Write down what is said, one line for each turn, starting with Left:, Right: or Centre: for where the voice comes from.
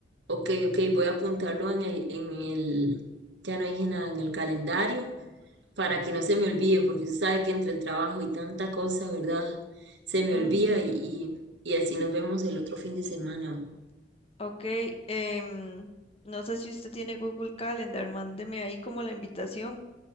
Right: Ok, ok, voy a apuntarlo en el, en el, ya no dije nada, en el calendario para que no se me olvide, porque usted sabe que entre el trabajo y tanta cosa, ¿verdad? Se me
Left: Ujú,
Right: olvida y, y, y así nos vemos el otro fin de semana.
Left: Ok, em, no sé si usted tiene Google Calendar, mándeme ahí como la invitación